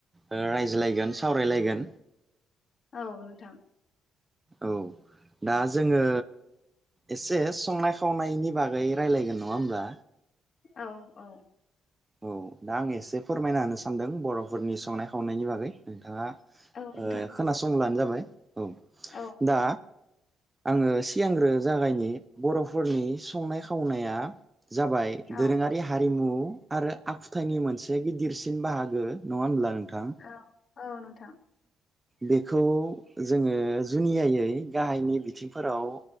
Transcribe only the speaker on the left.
औ नोंथां
औ औ
औ नोंथां
औ
औ
औ औ नोंथां